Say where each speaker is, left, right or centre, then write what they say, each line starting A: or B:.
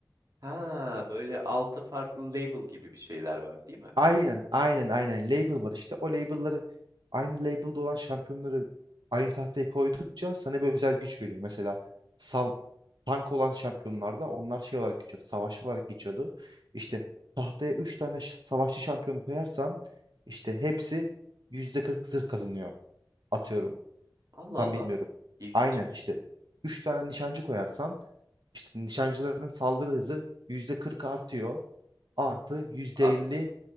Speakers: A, on the right; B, on the right.
A: Ha böyle altı farklı label gibi bir şeyler var değil mi?
B: Aynen, aynen, aynen. Label var işte. O label'ları aynı label'da olan şampiyonları aynı tahtaya koydukça sana bir özel güç veriyor. Mesela sav tank olan şampiyonlarda onlar şey olarak geçiyordu. Savaşçı olarak geçiyordu. İşte tahtaya 3 tane ş- savaşçı şampiyonu koyarsan işte hepsi %40 zırh kazanıyor. Atıyorum.
A: Allah
B: Tam
A: Allah.
B: bilmiyorum.
A: İlginçmiş.
B: Aynen işte 3 tane nişancı koyarsan işte nişancıların saldırı hızı %40 artıyor. Artı %50
A: Abi